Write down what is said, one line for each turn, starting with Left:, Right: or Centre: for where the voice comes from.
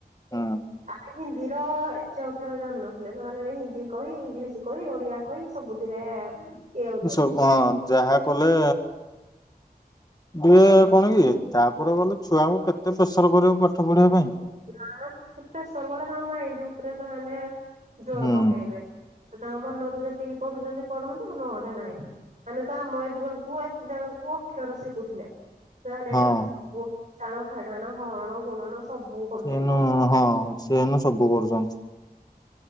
Left: ହଁ
Right: ଆମେ ହିନ୍ଦୀର ଏଚେ ଅକ୍ଷର ଜାଣନଥିଲେ ସେମାନେ ହିନ୍ଦୀ କହି ଇଂଲିଶ କହି ଓଡିଆ କହି ସବୁଥିରେ ଇଏ ହଉଛନ୍ତି
Left: ସବୁ ହଁ ଯାହା କଲେ ଡି ଏ କଣ କି ତାପରେ ଗଲେ ଛୁଆଙ୍କୁ କେତେ ପ୍ରେସର କରିବ ପାଠ ପଢିବା ପାଇଁ।
Right: ନାମ ସେ ପ୍ରେସର କଲେ ତାଙ୍କ ମାଇଣ୍ଡି ଉପରେ ସେମାନେ ଜୋର
Left: ହୁଁ
Right: ପକେଇବେ। ସେ ତାଙ୍କ ମନରୁ ଯେତିକି ପଢୁଛନ୍ତି ପଢ଼ନ୍ତୁ ନହେଲେ ନାଇଁ। ଆମେ ତ ଆମ ଏ ଜୀବନ କୁ ଏତେବେଳକୁ ଅକ୍ଷର ଶିଖୁଥିଲେ। ସେମାନେ
Left: ହଁ
Right: ଏଇନା ସବୁ ମିସାଣ ଫେଡାଣ ହରଣ ଗୁଣନ ସବୁ କମ୍ପ୍ଲିଟ
Left: ସେ ଏନୁ
Right: କରୁ
Left: ହଁ ସେ ଏନୁ ସବୁ କରୁଛନ୍ତି।